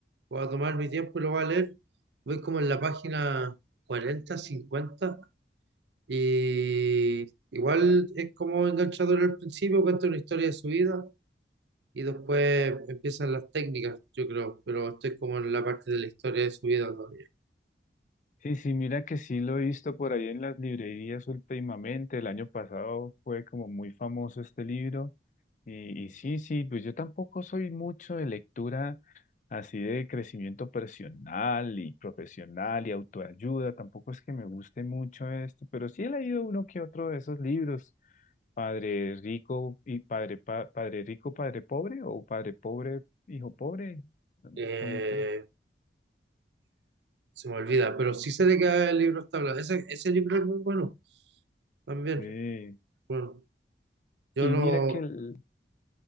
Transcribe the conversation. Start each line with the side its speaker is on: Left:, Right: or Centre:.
Right: voy a tomar mi tiempo y lo voy a leer. Voy como en la página 40 50 y igual es como enganchador al principio, cuenta una historia de su vida y después empiezan las técnicas, yo creo, pero estoy como en la parte de la historia de su vida todavía.
Left: sí, sí, mira que sí lo he visto por ahí en las librerías últimamente. El año pasado fue como muy famoso este libro. Y, y sí, sí, pues yo tampoco soy mucho de lectura así de crecimiento personal y profesional y autoayuda. Tampoco es que me guste mucho esto, pero sí he leído uno que otro de esos libros. Padre rico y padre pa- padre rico, padre pobre o padre pobre, hijo pobre.
Right: Eh,
Left: Son- creo-
Right: se me olvida, pero sí sé de qué libro está hablando. Ese, ese libro es muy bueno también.
Left: Sí.
Right: Bueno, yo
Left: Y
Right: no,
Left: mira que el-